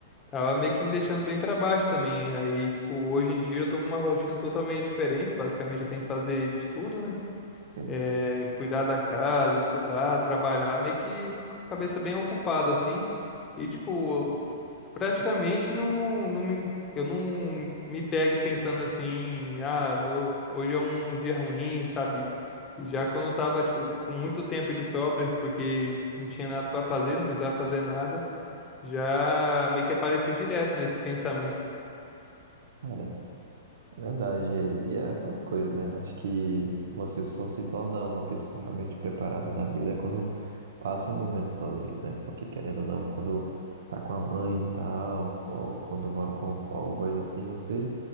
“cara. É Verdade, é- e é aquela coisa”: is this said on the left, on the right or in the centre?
Right